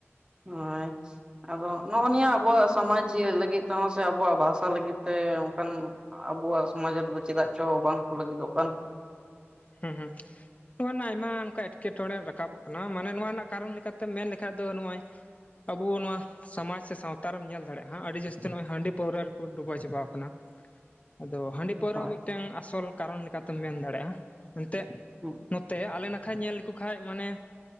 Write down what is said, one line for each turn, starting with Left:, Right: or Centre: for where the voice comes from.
Right: ᱦᱳᱭ ᱟᱫᱚ ᱱᱚᱜᱼᱚᱭ ᱱᱤᱭᱟᱹ ᱟᱵᱚᱣᱟᱜ ᱥᱚᱢᱟᱡᱽ ᱞᱟᱹᱜᱤᱫ ᱛᱮᱦᱚᱸ ᱥᱮ ᱟᱵᱚᱣᱟᱜ ᱵᱷᱟᱥᱟ ᱞᱟᱹᱜᱤᱫ ᱛᱮ ᱚᱱᱠᱟᱱ ᱟᱵᱚᱣᱟᱜ ᱥᱚᱢᱟᱡᱽ ᱨᱮᱫᱚ ᱪᱮᱫᱟᱜ ᱪᱚ ᱵᱟᱝᱠᱚ ᱞᱟᱹᱜᱤᱫᱚᱜ ᱠᱟᱱ
Left: ᱦᱮᱸ ᱦᱮᱸ ᱱᱚᱣᱟ ᱨᱮᱱᱟᱜ ᱟᱭᱢᱟ ᱱᱚᱱᱠᱟ ᱮᱴᱠᱮᱴᱚᱬᱮ ᱨᱟᱠᱟᱵᱚᱜ ᱠᱟᱱᱟ ᱢᱟᱱᱮ ᱱᱚᱣᱟ ᱨᱮᱱᱟᱜ ᱠᱟᱨᱚᱱ ᱞᱮᱠᱟᱛᱮ ᱢᱮᱱ ᱞᱮᱠᱷᱟᱡ ᱫᱚ ᱱᱚᱜᱼᱚᱭ ᱟᱵᱚ ᱱᱚᱣᱟ ᱥᱚᱢᱟᱡᱽ ᱥᱮ ᱥᱟᱶᱛᱟ ᱨᱮᱢ ᱧᱮᱞ ᱫᱟᱲᱮ ᱭᱟᱜᱼᱟ ᱟᱹᱰᱤ ᱡᱟᱹᱥᱛᱤ ᱱᱚᱜᱼᱚᱭ ᱦᱟᱺᱰᱤ ᱯᱟᱹᱣᱨᱟᱹ ᱨᱮᱠᱚ ᱰᱩᱵᱟᱹᱣ ᱪᱟᱵᱟᱣᱟᱠᱟᱱᱟ ᱟᱫᱚ ᱦᱟᱺᱰᱤ ᱯᱟᱹᱣᱨᱟ
Right: ᱦᱳᱭ
Left: ᱦᱚᱸ ᱢᱤᱫᱴᱟᱝ ᱟᱥᱚᱞ ᱠᱟᱨᱚᱱ ᱞᱮᱠᱟᱛᱮᱢ ᱢᱮᱱ ᱫᱟᱲᱮᱭᱟᱜᱼᱟ ᱮᱱᱛᱮᱫ
Right: ᱦᱮᱸ
Left: ᱱᱚᱛᱮ ᱟᱞᱮ ᱱᱟᱠᱷᱟ ᱧᱮᱞ ᱞᱮᱠᱚ ᱠᱷᱟᱱ ᱢᱟᱱᱮ